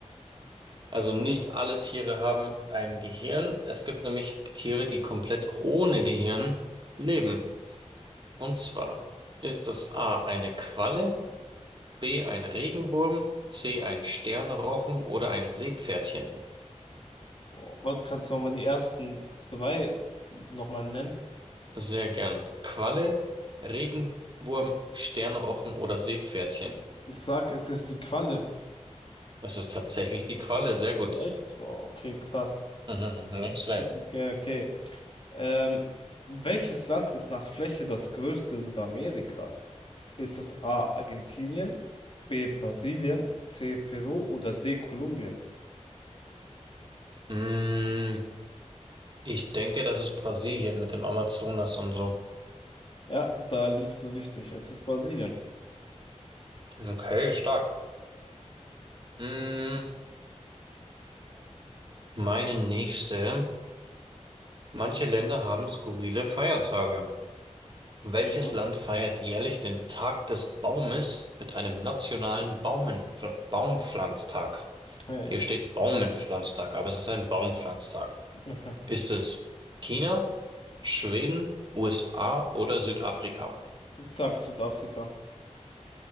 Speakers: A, on the right (about 40°); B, on the left (about 45°).
A: Also nicht alle Tiere haben ein Gehirn. Es gibt nämlich Tiere, die komplett ohne Gehirn leben. Und zwar ist das A eine Qualle, B ein Regenwurm, C ein Sternrochen oder ein Seepferdchen.
B: Boah, warte, kannst du nochmal die ersten zwei nochmal nennen?
A: Sehr gern. Qualle, Regenwurm, Sternrochen oder Seepferdchen.
B: Ich sag, es ist die Qualle.
A: Das ist tatsächlich die Qualle. Sehr
B: Echt?
A: gut.
B: Boah, okay, krass.
A: <laughs> Mhm, Nicht schlecht.
B: Okay, okay. Ähm, welches Land ist nach Fläche das größte Südamerikas? Ist es A. Argentinien, B. Brasilien, C. Peru oder D. Kolumbien?
A: Mm, ich denke, das ist Brasilien mit dem Amazonas und so.
B: Ja, da liegst du richtig. Es ist Brasilien.
A: Okay, stark. Mm, Meine nächste. Manche Länder haben skurrile Feiertage. Welches
B: Mhm.
A: Land feiert jährlich den Tag des Baumes mit einem nationalen Baumenpfl Baumpflanztag?
B: Hey.
A: Hier steht Baumpflanztag, aber es ist ein Baumpflanztag.
B: <laughs>
A: Ist es China, Schweden, USA oder Südafrika?
B: Ich sag Südafrika.